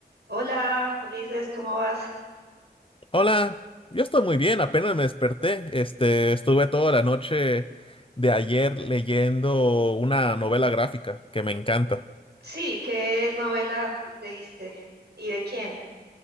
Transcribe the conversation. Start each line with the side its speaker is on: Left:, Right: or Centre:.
Right: Hola, Ulises, ¿cómo vas?
Left: Hola, yo estoy muy bien, apenas me desperté. Este, estuve toda la noche de ayer leyendo una novela gráfica que me encanta.
Right: Sí, ¿qué novela leíste? ¿Y de quién?